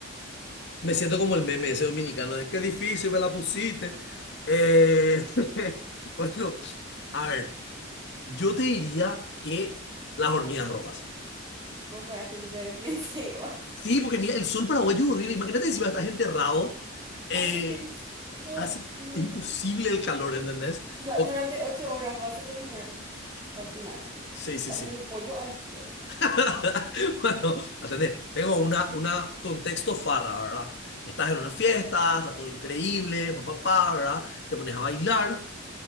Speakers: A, on the left (about 60°); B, on the right (about 20°).
A: Me siento como el meme ese dominicano de qué difícil me la pusiste. Eh, <laughs> bueno, a ver. Yo te diría que las hormigas rojas.
B: Vos sabés que yo también <laughs> pienso igual.
A: Sí, porque mira, el sol paraguayo es horrible. Imagínate si va a estar enterrado. eh,
B: Hace demasiado. No,
A: hace, es
B: no, no.
A: imposible
B: no.
A: el calor, ¿entendés?
B: O sea,
A: O-
B: durante ocho horas vas a terminar calcinado.
A: sí, sí,
B: Va
A: sí.
B: a ser un pollo al espiedo.
A: <laughs> Bueno, atendé. Tengo una, una contexto farra, ¿verdad? Estás en una fiesta, está todo increíble, papá, pa, pa, pa, ¿verdad? Te pones a bailar